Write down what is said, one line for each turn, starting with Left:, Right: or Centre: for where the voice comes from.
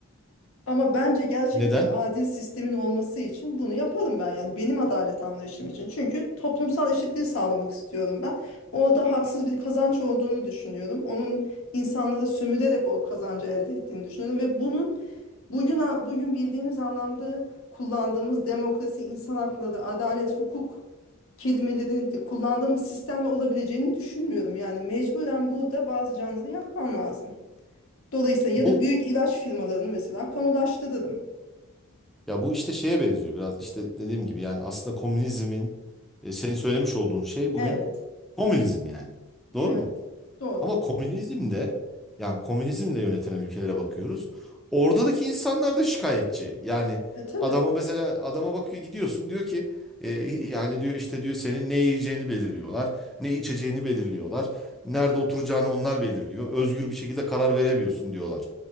Left: Ama bence gerçek
Centre: Neden?
Left: bir adil sistemin olması için bunu yaparım ben yani benim adalet anlayışım için. Çünkü toplumsal eşitliği sağlamak istiyorum ben. Orada haksız bir kazanç olduğunu düşünüyorum. Onun insanları sömürerek o kazancı elde ettiğini düşünüyorum ve bunun bugün bugün bildiğimiz anlamda kullandığımız demokrasi, insan hakları, adalet, hukuk kelimelerini de kullandığımız sistemle olabileceğini düşünmüyorum. Yani mecburen burada bazı canları yakman lazım. Dolayısıyla
Centre: Bu
Left: ya da büyük ilaç firmalarını mesela kamulaştırırım.
Centre: Ya bu işte şeye benziyor biraz işte dediğim gibi yani aslında komünizmin e, senin söylemiş olduğun şey bugün
Left: Evet,
Centre: komünizm yani. Doğru
Left: evet.
Centre: mu?
Left: Doğru.
Centre: Ama komünizmde yani komünizmle yönetilen ülkelere bakıyoruz. Oradaki insanlar da şikayetçi. Yani
Left: E tabii.
Centre: adama mesela adama bakıyor gidiyorsun diyor ki e, yani diyor işte diyor senin ne yiyeceğini belirliyorlar. Ne içeceğini belirliyorlar. Nerede oturacağını onlar belirliyor. Özgür bir şekilde karar veremiyorsun diyorlar.